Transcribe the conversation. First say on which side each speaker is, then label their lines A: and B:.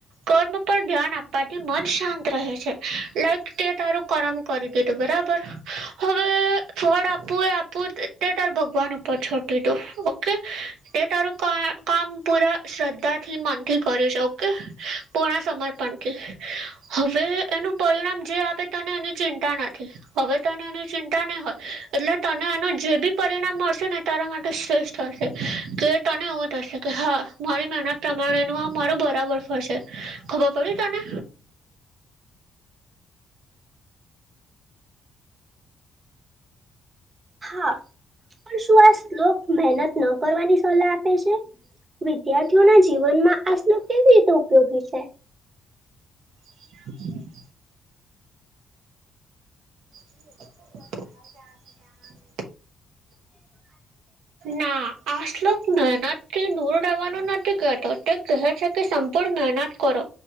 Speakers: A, on the right; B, on the right.
A: કર્મ પર ધ્યાન આપ વાથી મન શાંત રહે છે, લાઈક તે તારું કરમ કરી દીધું બરાબ પર હવે ફળ આપવું એ આપવું તે તે તાર ભગવાન ઉપર છોડ દીધું, ઓકે. તે તારું કા કામ પૂરા શ્રદ્ધાથી, મનથી કર્યું છે, ઓકે. પૂર્ણ સમર્પણથી હવે એનું પરિણામ જે આપે તને એની ચિંતા નથી હવે તને એની ચિંતા નહી હોય એટલે તને એનું જે બી પરિણામ મળશે ને તારા માટે શ્રેષ્ઠ થશે કે તને એવું થશે કે હા મારી મેહેનત પ્રમાણેનું આ મારું બરાબર ફળ સે. ખબર પડી તને?
B: હા, પણ શું આ શ્લોક મેહેનત ન કરવાની સલાહ આપ પે છે, વિદ્યાર્થીઓના જીવનમાં આ શ્લોક કેવી રીતે ઉપયોગી છે?
A: <inaudible> <inaudible> <inaudible> <inaudible>
B: <inaudible> <inaudible>
A: ના આ શ્લોક મેહેનતથી દૂર રેહેવાનું નથી કેતો તે કહે છે કે સંપૂર્ણ મેહેનત કરો.